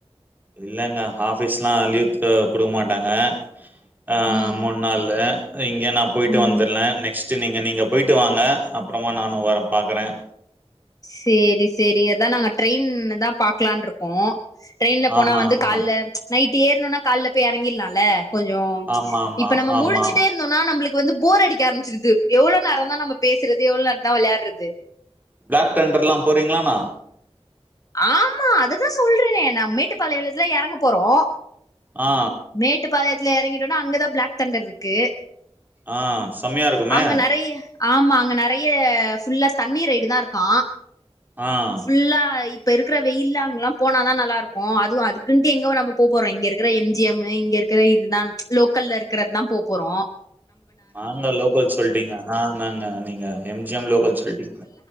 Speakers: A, on the right (about 15°); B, on the left (about 35°).
A: இல்லங்க ஆஃபீஸ்லாம் லீவ்த்ட் குடுகமாட்டாங்க ஆ
B: ம்
A: மூணு நாள்லு இங்கே நான போயிட்டு
B: ம்
A: வந்துர்லே நெக்ஸ்ட் ச் நீங்க நீங்க போயிட்டு வாங்க அப்றமா நானு வர பாக்றேன்
B: சேர்ரி சேர்ரி அத நாங்க ட்ரெயின் தான் பாக்கலானு இருக்கோம் ட்ரெயின்ல போனா
A: ஆஹா
B: வந்து
A: ஆஹா
B: கால்ல நைட் இப்ப ஏறணும்னா கால்ல போய் இறங்கிடலாம்ல கொஞ்சம்
A: ஆமா ஆமா
B: இப்ப நம்ம
A: ஆமா
B: முழச்சுட்டே இருந்தோம்னா நம்மளுக்கு வந்து போர் அடிக் ஆரம்பச்சிருது எவ்ள நேரதான் நம்ம பேசுற எவ்ளவு நேரதான் வெளையாட்றது
A: பிளாக் தண்டர்ல்லாம் போறீங்களானா
B: ஆமா அததான் சொல்றேனே நம்மிட்டு பலையலத்தில்ல எறங்க போறோம்
A: ஆ
B: மேட்டு பாளைய வீட்ல எறங்கிடோனா அங்கதான் பிளாக் தண்டர் இருக்கு
A: ஆஹ் செம்மையா இருக்குமே
B: அங்க நெறைய ஆமா அங்க நிறைய ஃபுல்லா தண்ணீரைடு தான் இருக்கான்
A: ஆ
B: ஃபுல்லா இப்ப இருக்கிற வெயில்ல அங்கல்லாம் போனாதான் நல்லா இருக்கும் அதுவும் அதுக்குன்ட்டு எங்க நம்ம போ போறோம் இங்க இருக்கிற எம்ஜிஎம் இங்க இருக்கிற இதுதான் லோக்கல்ல இருகிறதுதான் போ போறோம்
A: நாங்க லோக்கல் சொல்லிட்டீங்க ந நங்க நீங்க எம்ஜிஎம் லோக்கல் சொல்ட்டீங்க